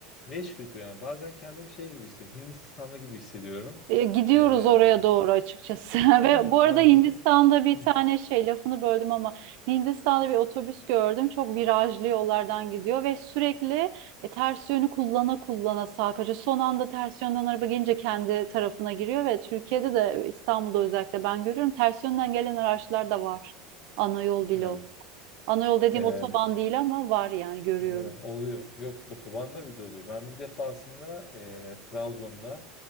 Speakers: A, on the left; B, on the right.
A: leş götü yani bazen kendimi şey gibi hissediyorum, Hindistan'da gibi hissediyorum.
B: E, Gidiyoruz
A: Ee,
B: oraya doğru açıkçası. <laughs>
A: evet
B: Ve bu arada
A: yani
B: Hindistan'da
A: bunu
B: bir
A: Hı,
B: tane şey lafını böldüm ama Hindistan'da bir otobüs gördüm. Çok virajlı yollardan gidiyor ve sürekli e, ters yönü kullana kullana sağa kaçıyor. Son anda ters yönden araba gelince kendi tarafına giriyor ve Türkiye'de de e, İstanbul'da özellikle ben görüyorum ters yönden gelen araçlar da var. Ana yol bile
A: evet.
B: olsa. Ana yol dediğim
A: Ee,
B: otoban değil ama var yani görüyorum.
A: böyle oluyor. Yok otobanda bile oluyor. Ben bir defasında e, Trabzon'da